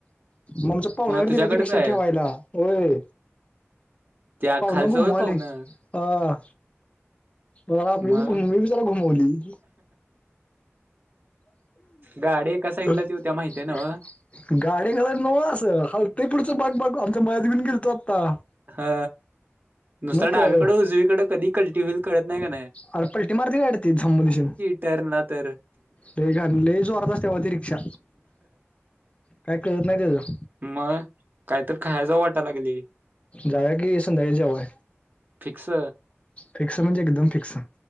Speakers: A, on the left; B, on the right.
A: मग आमचे पावणे
B: तुझ्याकडेच
A: त्या रिक्षात
B: आहे
A: ठेवायला. होय,
B: त्या
A: पाऊनं
B: खालचं
A: घुमवायली
B: वय पाहुणं.
A: अं म आपली
B: मग
A: घुमली त घुमावायली
B: गाडी एका साईडला
A: ह <inaudible>
B: देऊ त्या माहिती आहे नव्ह.
A: गाडी्या खालायला नव असं खालतय पुढचं बाग बाग आमच्या मळ्यात घेवुन गेलतो आता.
B: हा नुसतं
A: काय
B: डावीकडुन-उजवीकडं कधी कलटी होईल कळत नाही का नाही.
A: अरे पल्टी मारती ती गाडी झगं दिशी.
B: तर ना तर
A: ते घले लैय जोरात असतेव ती रिक्षा. काही कळतं नाही त्याच
B: म काहीतर खाया जाऊ वाटाया लागली.
A: जावुया की संध्याकाळी जेवण,
B: फिक्स.
A: फिक्स म्हणजे एकदम फिक्स.